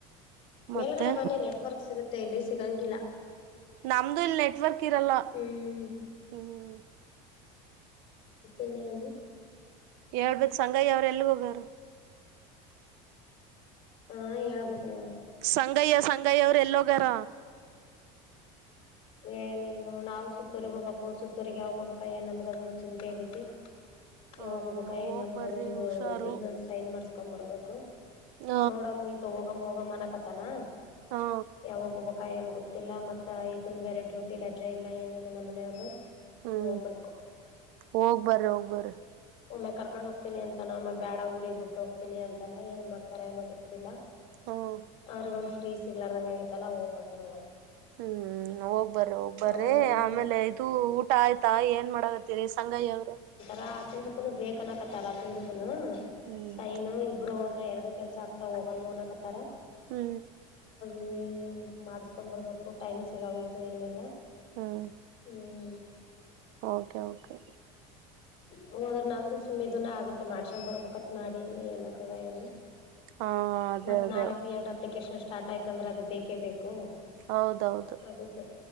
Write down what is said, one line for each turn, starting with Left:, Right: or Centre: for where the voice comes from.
Right: ಮತ್ತೆ
Left: ಮೇಲ್ಗಡೆ ಬನ್ನಿ ನೆಟ್ವರ್ಕ್ ಸಿಗುತ್ತೆ ಇಲ್ಲಿ ಸಿಗಂಗಿಲ್ಲ
Right: ನಮ್ದು ಇಲ್ ನೆಟ್ವರ್ಕ್ ಇರಲ್ಲ
Left: ಹ್ಮ್
Right: ಹ್ಮ್
Left: ಮತ್ತಿನ್ನೇನು
Right: ಹೇಳ್ಬೇಕು ಸಂಗಯಿ ಅವರು ಎಲ್ ಹೋಗ್ಯರು
Left: ಹಾ ಹೇಳ್ಬೇಕು ನೀವ್
Right: ಸಂಗಯ್ಯ ಸಂಗಯ್ಯ ಅವ್ರ ಎಲ್ಲೋಗಾರ
Left: ಏನ ಇಲ್ ನಾವು ಸುತ್ತೂರಿಗ ಹೋಗಬೇಕು ಸುತ್ತೂರಿಗೆ ಅವಾವಾಗ ಹೋಗಬೇಕ ಏನ್ ನಮ್ಗ ಅದೊಂದು ಚಿಂತೆ ಆಗೈತಿ.
Right: ಹ
Left: ಯಾವಾಗ ಹೋಗ್ಬೇಕ ಏನ
Right: ಹೋಗ್
Left: ನಮ್ದ
Right: ಬರ್ರಿ
Left: ಅದೊಂದು
Right: ಹುಷಾರು
Left: ಇದ್ರದೊಂದು ಸೈನ್ ಮಾಡಸ್ಕೊಂಡ್ ಬರ್ಬೇಕು.
Right: ಹ
Left: ನೋಡಮ್ ತೊಗೊ ಹೋಗಮ್ ಹೋಗಮ್ ಅನಕತಾನ <unintelligible>
Right: ಹ
Left: ಯಾವಾಗ್ ಹೋಗಬೇಕನ ಗೊತ್ತಿಲ್ಲ ಮತ್ತ ತಂದು ಬೇರೆ ಡ್ಯೂಟಿ ರಜೆ ಇಲ್ಲ ಏನಿಲ್ಲ ನಮ್ಮನೆಯವ್ರ್ದ
Right: ಹ್ಮ್
Left: ಹೋಗ್ಬೇಕು
Right: ಹೋಗ್ ಬರ್ರಿ ಹೋಗ್ಬರ್ರೀ
Left: ಒಮ್ಮೆ ಕರ್ಕೊಂಡ್ ಹೋಗ್ತೀನಿ ಅಂತಾನ ಒಮ್ಮೆ ಬ್ಯಾಡ ಊರಿಗ್ ಬಿಟ್ಟು ಹೋಗ್ತಿನಿ ಅಂತಾನ ಏನ್ ಮಾಡ್ತಾರ ಏನೋ ಗೊತ್ತಿಲ್ಲ
Right: ಹ್ಮ್
Left: ಅವ್ರಿಗ್ ಒಂದ್ ಫ್ರೀ ಸಿಗ್ಲಾರುದಂಗ ಆಗೇತಲ್ಲ ಹೋಗ್ಬೇಕಕ್ ನ
Right: ಹ್ಮ್ ಹೋಗ್ಬರ್ರಿ ಹೋಗ್ಬರ್ರಿ
Left: ಯಾವಾಗ
Right: ಆಮೇಲೆ ಇದು ಊಟ ಆಯ್ತಾ ಏನ್ ಮಾಡಕತ್ತೀರಿ ಸಂಗಯ್ಯ ಅವರು
Left: ರಾ ತಂದುಕ ಬೇಕನಕತ್ತರ ಅತಂದಕನು
Right: ಹ್ಮ್
Left: ಸೈನು ಇಬ್ರು ಅ್ರ ಎರಡು ಕೆಲ್ಸ ಆಗ್ತವ್ ಹೋಗಮು ಅನಕತರ.
Right: ಹ್ಮ್
Left: ಏ ಮಾಡಸ್ಕೊಂಡ್ ಬರ್ಬೇಕು ಟೈಮ್ ಸಿಗಾವಲ್ತು ಏನಿಲ್ಲ
Right: ಹ್ಮ್
Left: ಹ್ಮ್
Right: ಓಕೆ ಓಕೆ
Left: ಹೋದ್ರ ನಂದು ಸುಮ್ಮಿದುನ ಆಗತ್ ಮ್ಯಾಡಿಸ್ಗ್ಯಾಂಡ್ ಬರ್ಬೆಕ್ ಅಂತ ಮಾಡಿನಿ ಏನಾತದ ಏನು
Right: ಹಾ ಅದೇ
Left: ಮತ್ತ್
Right: ಅದೇ
Left: ನಾಳೆ ಬಿ ಎಡ್ ಅಪ್ಲಿಕೇಶನ್ ಸ್ಟಾರ್ಟ್ ಆಯ್ತಂದ್ರ ಅದು ಬೇಕೇ ಬೇಕು
Right: ಹೌದೌದು
Left: ಅದಕ್ಕೆ